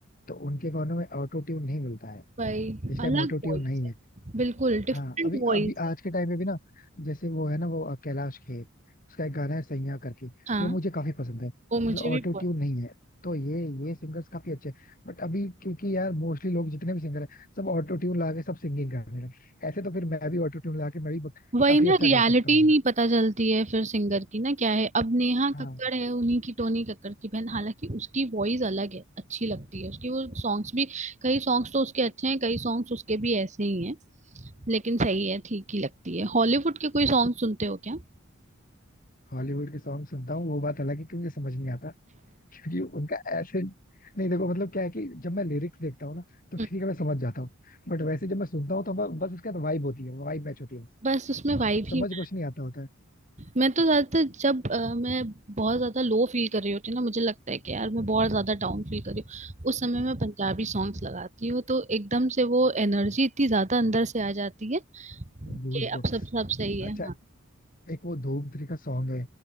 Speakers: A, on the left; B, on the right.
A: तो उनके गानों में ऑटो ट्यून नहीं मिलता है
B: भाई
A: इस
B: अलग
A: टाइम ऑटो
B: वॉइस
A: ट्यून नहीं
B: है
A: है
B: बिल्कुल डिफरेंट
A: हाँ अभी
B: वॉइस
A: अभी
B: है
A: आज के टाइम में भी ना जैसे वो है ना वो अ, कैलाश खेर उसका एक गाना है सैया करके
B: हाँ
A: वो मुझे काफी पसंद है मतलब
B: वो मुझे
A: ऑटो
B: भी बहुत
A: ट्यून नहीं है तो ये ये सिंगर्स काफी अच्छे हैं बट अभी क्योंकि यार मोस्टली लोग जितने भी सिंगर हैं सब ऑटो ट्यून ला के सब सिंगिंग करने लगे ऐसे तो फिर मैं भी ऑटो ट्यून ला के मैं भी ब-
B: वही
A: काफी
B: ना
A: अच्छा
B: रियलिटी
A: गा सकता हूँ
B: नहीं पता चलती है फिर सिंगर की ना क्या है अब नेहा
A: हाँ
B: कक्कड़ है उन्हीं की टोनी कक्कड़ की बहन हालांकि उसकी वॉइस अलग है अच्छी लगती है उसकी वो सॉन्ग्स भी कई सॉन्ग्स तो उसके अच्छे हैं कई सॉन्ग्स उसके भी ऐसे ही हैं लेकिन सही है ठीक ही लगती है हॉलीवुड के कोई सॉन्ग सुनते हो क्या
A: हॉलीवुड के सॉन्ग सुनता हूँ वो बात अलग है कि मुझे समझ नहीं आता क्योंकि उनका ऐसे नहीं देखो मतलब क्या है कि जब मैं लिरिक्स देखता हूँ ना तो ठीक
B: हम्म,
A: है मैं समझ जाता हूँ बट वैसे जब मैं सुनता हूँ तो ब- बस उसके साथ वाइब होती है वाइब मैच होती है बस।
B: बस उसमें वाइब ही
A: समझ कुछ नहीं आता होता है
B: मैं तो ज्यादातर जब अ, मैं बहुत ज्यादा लो फील कर रही होती हूँ ना मुझे लगता है कि यार मैं बहुत ज्यादा डाउन फील कर रही हूँ उस समय मैं पंजाबी सॉन्ग्स लगाती हूँ तो एकदम से वो एनर्जी इतनी ज्यादा अंदर से आ जाती है कि
A: गूज
B: अब
A: बम्प्स
B: सब सब सही है
A: अच्छा
B: हाँ
A: एक वो धूम थ्री का सॉन्ग है